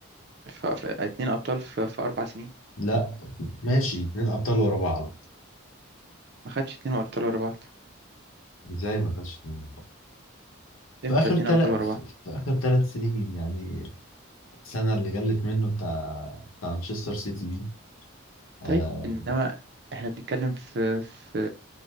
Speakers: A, on the right (about 50°); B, on the left (about 80°).
A: ف... ف... اتنين ابطال في... في اربع سنين
B: لا ماشي اتنين أبطال ورا بعض
A: ما خدش اتنين ابطال ورا بعض
B: إزاي ما خدش اتنين أبطال
A: امتى
B: في آخر
A: اتنين
B: تل...
A: ابطال ورا
B: في
A: بعض
B: في آخر ثلاث سنين يعني السنة اللي جلت منه بتاع بتاع مانشستر سيتي دي آه،
A: طيب انما احنا بنتكلم في في,